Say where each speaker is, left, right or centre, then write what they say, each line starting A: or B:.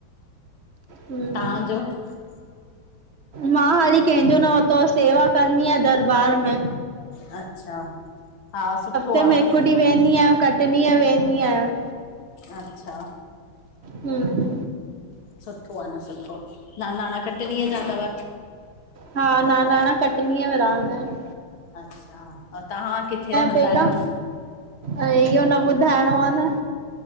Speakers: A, on the right (about 40°); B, on the left (about 75°).
A: हम्।
B: हा जो --
A: मां हाली कंहिंजो न वरितो सेवा कंदी आहियां दरबार में।
B: अच्छा हा सुठो।
A: सिर्फ
B: आ
A: हिकु
B: न
A: ॾींहुं वेंदी आहियां घट ॾींहं वेंदी आहियां।
B: अच्छा।
A: हम्।
B: सुठो आ न सुठो नानाणा कटनीअ जा अथव।
A: हा नानाणा कटनीअ में रहंदा आहिन।
B: अच्छा तव्हां किथे रहंदा
A: पेका
B: आहियो।
A: ऐं इहो न ॿुधाइणो आ न।